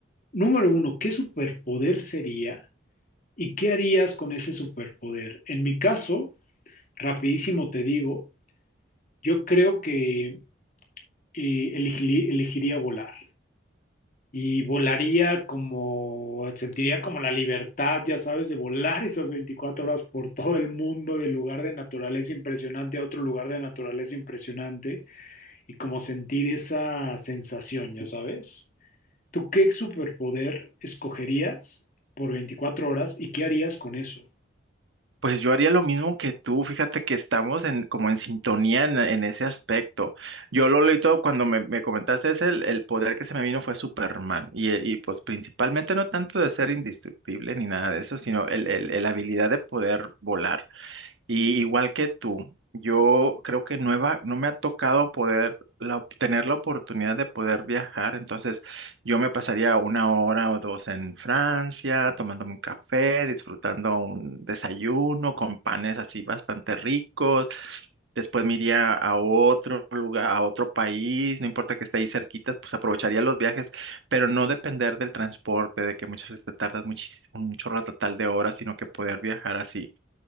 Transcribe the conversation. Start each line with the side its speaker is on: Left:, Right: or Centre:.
Left: Número uno, ¿qué superpoder sería? ¿Y qué harías con ese superpoder? En mi caso, rapidísimo te digo, yo creo que eh, elegili- elegiría volar. Y volaría como, sentiría como la libertad, ya sabes, de volar esas 24 horas por todo el mundo, de lugar de naturaleza impresionante a otro lugar de naturaleza impresionante, y como sentir esa sensación, ya sabes. ¿Tú qué superpoder escogerías por 24 horas y qué harías con eso?
Right: Pues yo haría lo mismo que tú, fíjate que estamos en, como en sintonía en, en ese aspecto. Yo lo leí todo cuando me, me comentaste ese, el, el poder que se me vino fue Superman. Y, eh, y, pues principalmente no tanto de ser indestructible ni nada de eso, sino el, el, el habilidad de poder volar. Y igual que tú, yo creo que nueva, no me ha tocado poder la, op- tener la oportunidad de poder viajar. Entonces, yo me pasaría una hora o dos en Francia, tomándome un café, disfrutando un desayuno con panes así bastante ricos. Después me iría a otro lugar, a otro país, no importa que esté ahí cerquita, pues aprovecharía los viajes, pero no depender del transporte, de que muchas veces te tardas muchis- un chorro total de horas, sino que poder viajar así